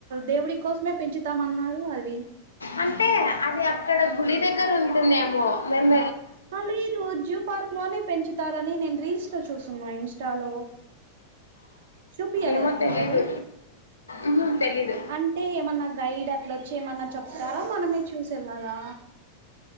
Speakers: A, on the right; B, on the left.
A: దేవుడి కోసమే పెంచుతామన్నారు అవి
B: అంటే అది ఇక్కడ గుడి దగ్గర ఉంటుందేమో మేమ్
A: ఆ లేదు జూ పార్క్ లోనే పెంచుతారని నేను రీల్స్ లో చూస్తున్నా ఇన్స్టాలో చూపిించలేదా
B: ఏమో తెలీదు
A: మీక అది
B: ఉహుం, తెలీదు
A: అంటే ఏమన్నా గైడ్ అట్లా వచ్చే మ చెప్తారా మనమే చూసి వెళ్ళాలా